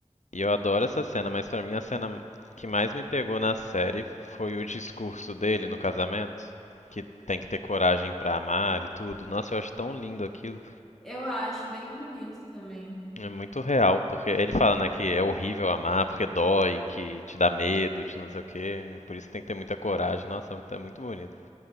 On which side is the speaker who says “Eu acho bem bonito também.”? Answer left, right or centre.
Centre